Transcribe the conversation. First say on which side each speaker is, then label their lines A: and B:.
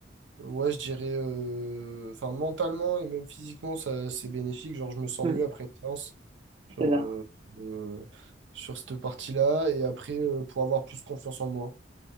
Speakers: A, on the right; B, on the right.
A: ouais, je dirais, euh, enfin, mentalement et même physiquement, ça, c'est bénéfique. Genre, je me sens
B: Hmm,
A: mieux après une séance sur,
B: c'est ça.
A: euh, euh, sur cette partie-là. Et après, euh, pour avoir plus confiance en moi.